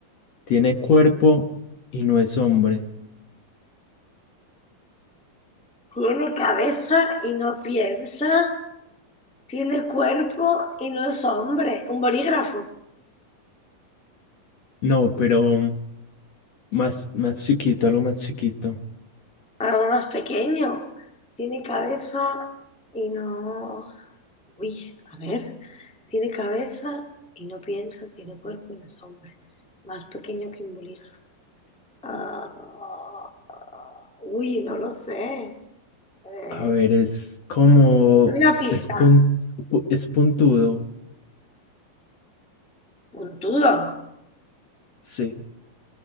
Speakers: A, on the left; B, in the centre.
A: Tiene cuerpo y no es hombre.
B: tiene cabeza y no piensa, tiene cuerpo y no es hombre. Un bolígrafo,
A: No, pero mm, más, más chiquito, algo más chiquito.
B: algo más pequeño. Tiene cabeza y no... Uy, a ver, tiene cabeza y no piensa, tiene cuerpo y no es hombre. Más pequeño que un bolígrafo. Ah, ah, uy, no lo sé. Eh,
A: A ver, es como...
B: una pista.
A: Es, pun- pu- es puntudo.
B: Puntudo.
A: Sí.